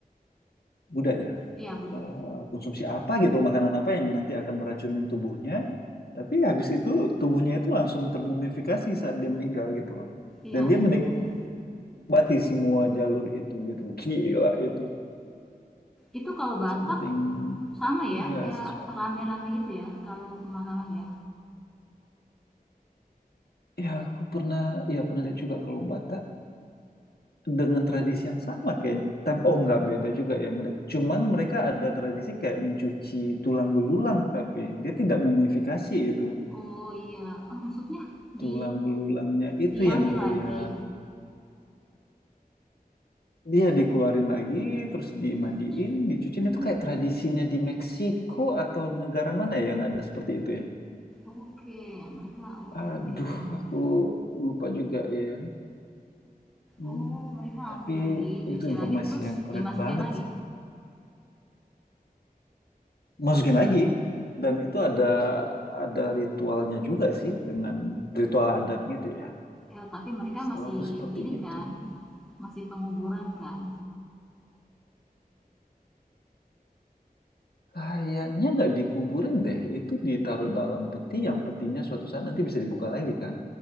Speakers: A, on the left; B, in the centre.
A: Buddha ya.
B: iya Buddha
A: Eh, konsumsi apa gitu makanan apa yang nanti akan meracunin tubuhnya tapi habis itu tubuhnya itu langsung termumifikasi saat dia meninggal gitu loh.
B: iya
A: Dan dia
B: itu
A: menik
B: Buddha
A: bati semua jalur itu gitu gila itu
B: itu kalau Batak
A: something
B: sama ya
A: ya
B: kayak
A: sesuatu
B: rame-rame gitu ya kalau pemakaman ya
A: ya aku pernah ya pernah lihat juga kalau Batak dengan tradisi yang sama kayak tapi oh nggak beda juga ya mere- cuman mereka ada tradisi kayak mencuci tulang belulang tapi dia tidak mumifikasi itu
B: oh iya Ah, maksudnya
A: tulang
B: di
A: belulangnya
B: diambil
A: itu yang dia
B: lagi
A: dia dikeluarin lagi terus
B: begitu
A: dimandiin dicuciin
B: Hmm,
A: itu kayak tradisinya
B: oke
A: di Meksiko atau negara mana ya yang ada seperti itu ya
B: oke mereka oke
A: Aduh,
B: oke enak
A: aku
B: sih.
A: lupa juga ya. Hmm,
B: oh mereka
A: tapi
B: ambil lagi cuci
A: itu informasi
B: lagi terus
A: yang keren
B: dimasukin
A: banget
B: lagi
A: sih. Masukin lagi, dan itu ada ada ritualnya juga sih dengan ritual adat gitu ya.
B: Eh, tapi mereka
A: Setahu
B: masih
A: aku seperti
B: ini
A: itu.
B: kan, masih penguburan kan?
A: Kayaknya nggak dikuburin deh, itu ditaruh dalam peti yang petinya suatu saat nanti bisa dibuka lagi kan?